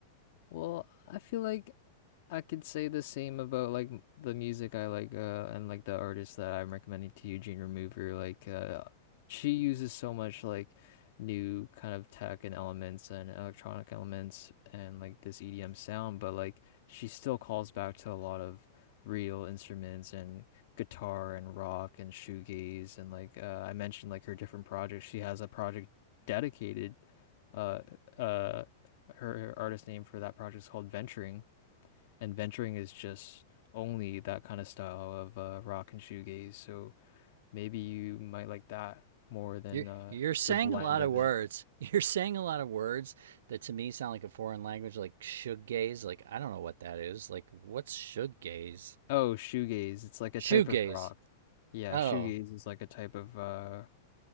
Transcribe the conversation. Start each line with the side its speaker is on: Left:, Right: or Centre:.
Left: Well, I feel like I could say the same about like m- the music I like uh and like the artist that I'm recommending to you, Jane Remover. Like uh she uses so much like new kind of tech and elements and electronic elements and like this EDM sound, but like she still calls back to a lot of real instruments and guitar and rock and shoegaze and like uh, I mentioned like her different projects. She has a project dedicated uh uh her, her artist name for that project is called Venturing and venturing is just only that kind of style of uh, rock and shoegaze. So maybe you might like that more than
Right: You're
Left: uh,
Right: you're saying
Left: the blend
Right: a lot
Left: of
Right: of words.
Left: it.
Right: <laughs> You're saying a lot of words that to me sound like a foreign language, like shoegaze. Like I don't know what that is. Like what's shoegaze?
Left: Oh, shoegaze. It's like a
Right: Shoegaze.
Left: type of rock. Yeah,
Right: Oh,
Left: shoegaze is like a type of uh,